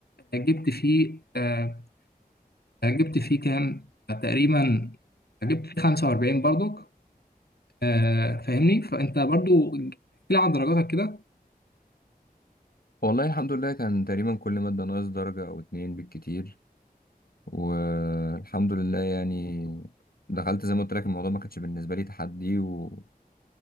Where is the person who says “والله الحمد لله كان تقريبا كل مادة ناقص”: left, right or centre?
Left